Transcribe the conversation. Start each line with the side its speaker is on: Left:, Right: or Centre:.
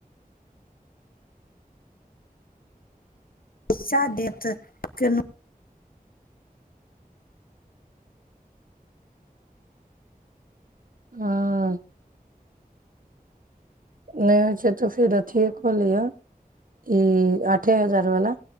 Left: पैइसा देत। केन
Right: हँ। नहि होइ छौ त फेर अथिए क लिहा ई आठे हजार वाला।